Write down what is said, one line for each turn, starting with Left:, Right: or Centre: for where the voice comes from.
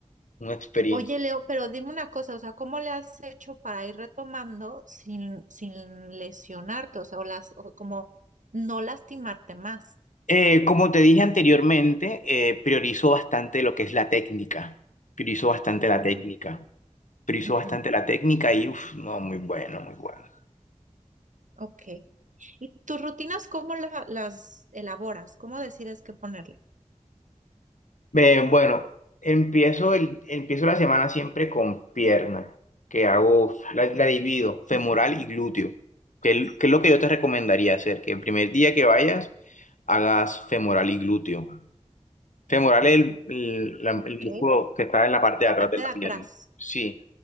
Left: una experiencia.
Right: Oye, Leo, pero dime una cosa, o sea, ¿cómo le has hecho para ir retomando sin, sin lesionarte? O sea, o las, o como no lastimarte más.
Left: Eh, como te dije anteriormente, eh, priorizo bastante lo que es la técnica. Priorizo bastante
Right: Ah,
Left: la técnica.
Right: ok.
Left: Priorizo
Right: Ujú.
Left: bastante la técnica y, uff, no, muy bueno, muy bueno.
Right: Ok. ¿Y tus rutinas cómo la- las elaboras? ¿Cómo decides qué ponerle?
Left: Eh, bueno, empiezo, el, empiezo la semana siempre con pierna, que hago, la, la divido, femoral
Right: Ok.
Left: y glúteo, que, el- que es lo que yo te recomendaría hacer, que el primer día que vayas, hagas femoral y glúteo. Femoral es el, el la-
Right: Ok.
Left: el músculo que está en la parte
Right: La
Left: de atrás
Right: parte
Left: de la
Right: de atrás.
Left: pierna. Sí,